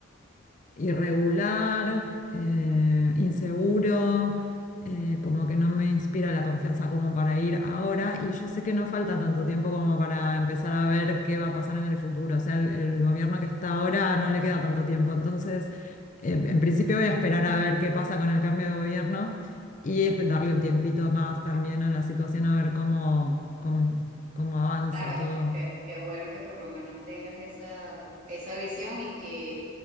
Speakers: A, on the left; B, on the right.
A: irregular, eh, inseguro, eh, como que no me inspira la confianza como para ir ahora. Y yo sé que no falta tanto tiempo como para empezar a ver qué va a pasar en el futuro. O sea, el, el gobierno que está ahora no le queda tanto tiempo. Entonces, eh, en principio voy a esperar a ver qué pasa con el cambio de gobierno y esp- darle un tiempito más también a la situación, a ver cómo, cómo, cómo avanza
B: Claro
A: todo.
B: que, que, que bueno que por lo menos tengas esa, esa visión y que,